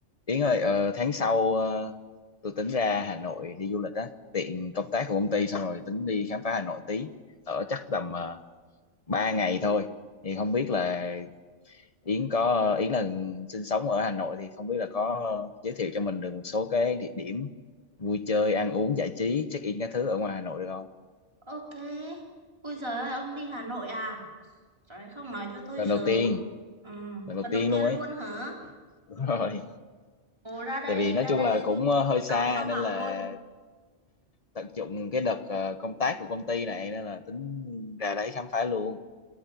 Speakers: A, on the left; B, on the right.
A: Yến ơi, ờ, tháng sau ờ, tôi tính ra Hà Nội đi du lịch á, tiện công tác của công ty xong rồi tính đi khám phá Hà Nội tí, ở chắc tầm uh, 3 ngày thôi. Thì không biết là Yến có Yến là sinh sống ở Hà Nội thì không biết là có giới thiệu cho mình được một số cái địa điểm vui chơi, ăn uống, giải trí, check-in các thứ ở ngoài Hà Nội được không?
B: Ok. Ui giời ơi, ông đi Hà Nội à? Trời ơi, không nói cho tôi
A: Lần
B: sớm.
A: đầu tiên,
B: Ừ,
A: lần
B: lần
A: đầu tiên
B: đầu tiên
A: luôn
B: luôn
A: ấy.
B: hả?
A: Đúng <laughs> rồi.
B: Ồ, ra đây,
A: Tại vì nói
B: ra
A: chung
B: đây
A: là cũng
B: tôi
A: ờ, hơi
B: tiếp
A: xa
B: đón ông Hoàng
A: nên là
B: luôn.
A: tận dụng cái đợt ờ, công tác của công ty này nên là tính ra đấy khám phá luôn.